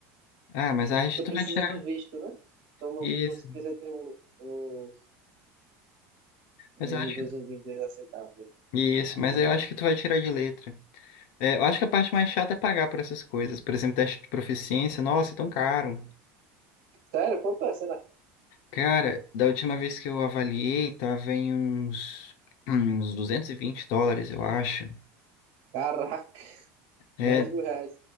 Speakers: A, on the left; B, on the right.
A: Ah, mas acho
B: porque
A: que tu
B: precisa
A: vai tirar
B: do visto, né? Então no
A: isso.
B: visto você precisa ter um, um, um
A: Mas eu acho
B: nívelzinho
A: que tu...
B: de inglês aceitável.
A: Isso, mas eu acho que tu vai tirar de letra. É, eu acho que a parte mais chata é pagar por essas coisas. Por exemplo, teste de proficiência, nossa, é tão caro.
B: Sério, quanto é? Será?
A: Cara, da última vez que eu avaliei, tava em uns, uns 220 dólares, eu acho.
B: Caraca, mais
A: É,
B: de mil reais.